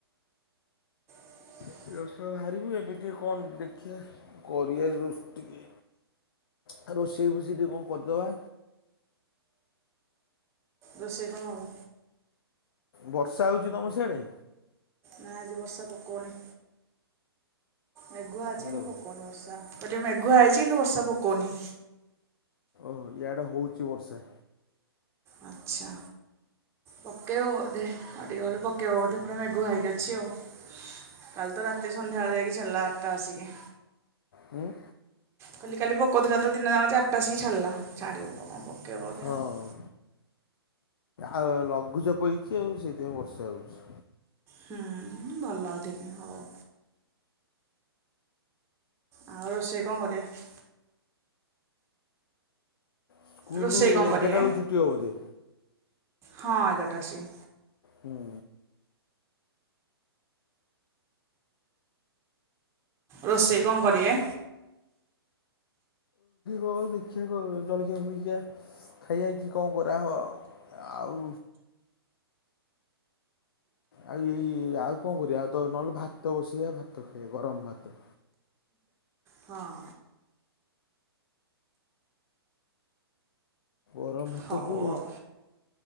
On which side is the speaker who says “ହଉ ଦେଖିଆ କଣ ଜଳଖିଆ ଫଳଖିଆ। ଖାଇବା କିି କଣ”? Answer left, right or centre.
Left